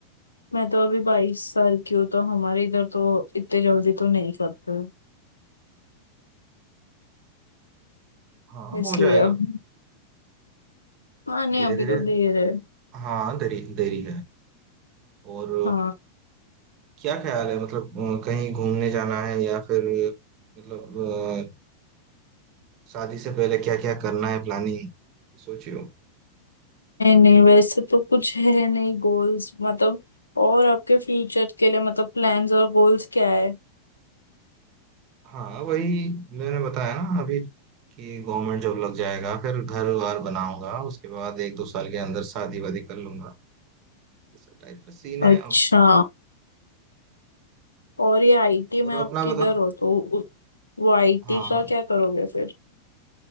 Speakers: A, on the left (about 80°); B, on the right (about 40°).
A: मैं तो अभी बाईस साल की हूँ तो हमारे इधर तो इतने जल्दी तो नहीं करते
B: हाँ
A: इसलिए
B: हो जाएगा
A: अब हाँ नहीं
B: धीरे
A: अभी
B: धीरे
A: तो देर है
B: हाँ देरी देरी है और
A: हाँ
B: क्या ख्याल है मतलब अ, कहीं घूमने जाना है या फिर मतलब अ, शादी से पहले क्या क्या करना है प्लानिंग सोचियो
A: नहीं नहीं वैसे तो कुछ है नहीं गोल्स मतलब और आपके फ्यूचर के लिए मतलब प्लान्स और गोल्स क्या है
B: हाँ वही मैंने बताया ना अभी कि गवर्नमेंट जॉब लग जाएगा फिर घर वार बनाऊंगा उसके बाद एक दो साल के अंदर शादी वादी कर लूंगा इस टाइप का सीन है
A: अच्छा और ये आईटी
B: और
A: में आप
B: अपना
A: किधर
B: बता
A: हो तो उ- वो आईटी
B: हाँ
A: का क्या करोगे फिर